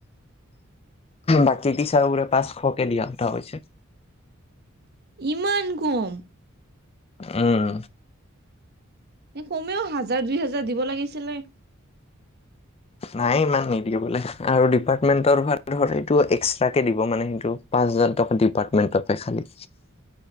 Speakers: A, on the left; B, on the right.
A: বাকি টিচাৰবোৰে পাঁচশকে দিয়া কথা কৈছে।
B: ইমান কম?
A: উম।
B: কমেও হাজাৰ-দুই হাজাৰ দিব লাগিছিলে।
A: নাই ইমান নিদিয়ে বোলে আৰু ডিপাৰ্টমেন্টৰ ফালৰ পৰা এইটো এক্সট্ৰাকে দিব মানে সেইটো, পাঁচ হাজাৰ টকা ডিপাৰ্টমেন্টে খালি।